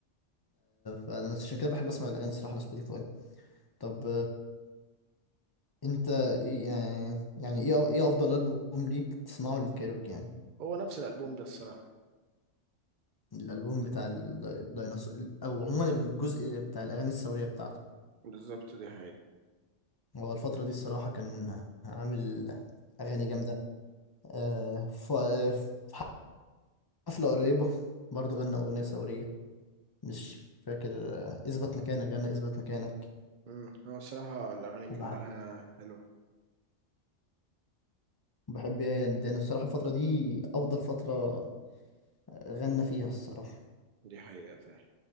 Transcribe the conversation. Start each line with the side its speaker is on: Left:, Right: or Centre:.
Left: فانا عشان كده بحب اسمع الاغاني الصراحه على سبوتيفاي طب انت ايه يعني يعني ايه ايه افضل البوم ليك تسمعه للكايروكي يعني
Right: هو نفس الألبوم ده الصراحة
Left: الالبوم بتاع الديناصور او عموما الجزء بتاع الاغاني الثوريه بتاعته
Right: بالظبط ده
Left: هو الفتره دي الصراحه كان عامل اغاني جامده آه، ف- آه، في حفله قريبه برضه غنى اغنيه ثوريه مش فاكر آه، اثبت مكانك غنى اثبت مكانك
Right: امم هو الصراحة الأغاني
Left: وبح-
Right: كلها حلوة
Left: وبحب يا يا الميدان الصراحه الفتره دي افضل فتره غنى فيها الصراحه
Right: دي حقيقة فعلا